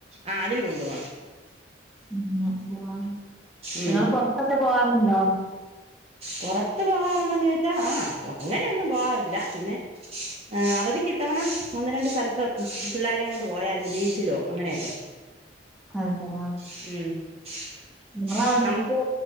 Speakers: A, on the right; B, in the centre.
A: ആഹ് അതിന് കൊണ്ട് പോണം
B: ആഹ് ആഹ്
A: ഉം
B: ഇങ്ങള് പൊറ്ത്തൊക്കെ പോവാറുണ്ടോ
A: പൊറത്ത് പോകാറുണ്ടോന്ന് ചോദിച്ച ആഹ് അങ്ങനെയൊന്നും പോകാറില്ല പിന്നെ അവധിക്ക് ഇത്തവണ ഒന്ന് രണ്ട് സ്ഥലത്ത് പിള്ളാരെ കൊണ്ട് പോയാര്ന്നു ബീച്ചിലോ അങ്ങനെയൊക്കെ
B: <unintelligible>
A: ഉം
B: ഇങ്ങളെ അട്ത്ത്
A: അം